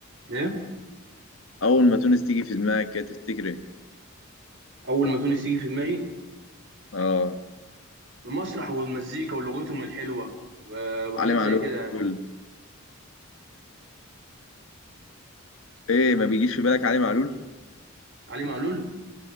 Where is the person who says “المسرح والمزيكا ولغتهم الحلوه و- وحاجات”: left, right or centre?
Right